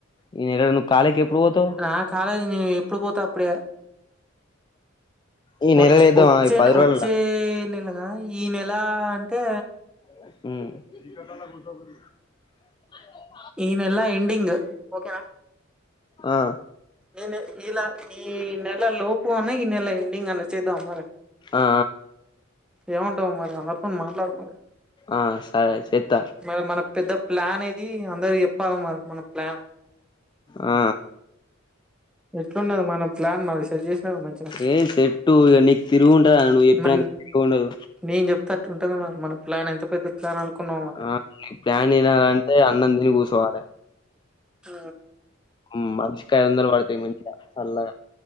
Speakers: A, on the left; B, in the centre.
A: ఈ నెల నువ్వు కాలేకి ఎప్పుడు పోతావు
B: నా కాలేజీ నేను ఎప్పుడు పోతే అప్పుడే
A: ఈ
B: వచ్
A: నెలల ఏద్దామా
B: ఓచ్చే
A: ఈ పది రోజులల్ల
B: ఓచ్చే నెలుగా ఈ నెల అంటే
A: హ్మ్
B: ఈనెల ఎండింగ్ ఒకే నా
A: ఆ
B: ఇ ఇలా ఈ నెలా లోపూ అన్న ఈ నెల ఎండింగ్ అన్న చేద్దమ మరి
A: ఆ
B: ఏమంటావు మరి ఆ పాప తో మాట్లాడ మరి
A: ఆ సరే చెత్త
B: మరి మన పెద్ద ప్లాన్ ఎది అందరు చెప్పాలి మరి మన ప్లాన్
A: ఆ
B: ఎట్లున్నది మన ప్లాన్ మది సెజెస్ మంచిగ
A: ఏ సెట్టు ఇగ నీకు తిరుగుంటది అన్న నువ్వు చెప్పినాక
B: న
A: తిరుగుండదు
B: నిన్ చెప్త ఉంటది మరీ మన ప్లాన్ ఎంత పెద్ద ప్లాన్ అనుకున్నావు మరి
A: ఆ నీ ప్లాన్ వినాలంటే అన్నం తిని కూర్చోవాలే
B: ఆ
A: హ్మ్ మనిషికి ఐదు వందలు పడతాయి మంచిగ చల్లగ